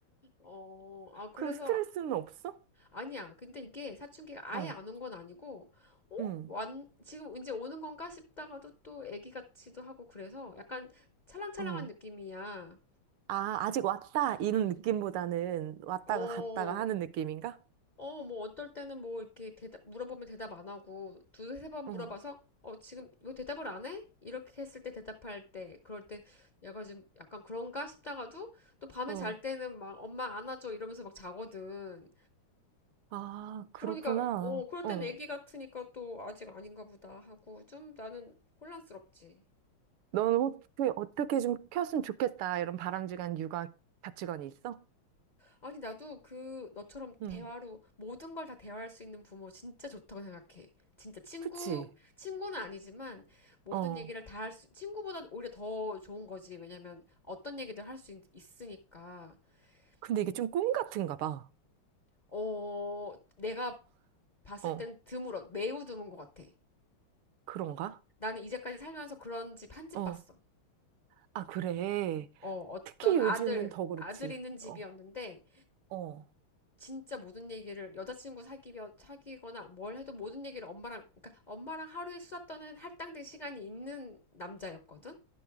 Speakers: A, on the left; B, on the right.
A: 어, 아, 그래서
B: 그 스트레스는 없어?
A: 아니야. 근데 이게 사춘기가 아예
B: 어,
A: 안 온 건 아니고, 어?
B: 응,
A: 완, 지금 이제 오는 건가 싶다가도 또 애기 같기도 하고 그래서 약간 찰랑찰랑한
B: 어.
A: 느낌이야.
B: 아, 아직 왔다 이런 느낌보다는 왔다가
A: 어,
B: 갔다가 하는 느낌인가?
A: 어, 뭐 어떨 때는 뭐 이렇게 대답, 물어보면 대답 안 하고 두세 세번 물어봐서
B: 어,
A: 어, 지금 왜 대답을 안 해? 이렇게 했을 때 대답할 때, 그럴 때 약간 좀 약간 그런가 싶다가도 또 밤에
B: 어.
A: 잘 때는 막 엄마 안아줘 이러면서 막 자거든.
B: 아, 그렇구나.
A: 그러니까, 어, 그럴
B: 어.
A: 땐 애기 같으니까 또 아직 아닌가 보다 하고 좀 나는 혼란스럽지.
B: 넌 어떻게, 어떻게 좀 켰으면 좋겠다. 이런 바람직한 육아 가치관이 있어?
A: 아니, 나도 그 너처럼
B: 응.
A: 대화로 모든 걸 다 대화할 수 있는 부모 진짜 좋다고 생각해. 진짜 친구,
B: 그치?
A: 친구는 아니지만 모든
B: 어.
A: 얘기를 다 할 수, 친구보다 오히려 더 좋은 거지. 왜냐면 어떤 얘기들 할 수 있으니까.
B: 근데
A: 음,
B: 이게 좀 꿈 같은가 봐.
A: 어, 내가 봤을
B: 어.
A: 땐 드물어. 매우 드문 것 같아.
B: 그런가?
A: 나는 이제까지 살면서 그런 집 한 집
B: 어.
A: 봤어.
B: 아, 그래.
A: 어, 어떤
B: 특히 요즘은
A: 아들,
B: 더 그렇지.
A: 아들 있는 집이었는데,
B: 어. 어.
A: 진짜 모든 얘기를, 여자친구 사귀면 사귀거나 뭘 해도 모든 얘기를 엄마랑, 그러니까 엄마랑 하루에 수다 떠는 할당된 시간이 있는 남자였거든?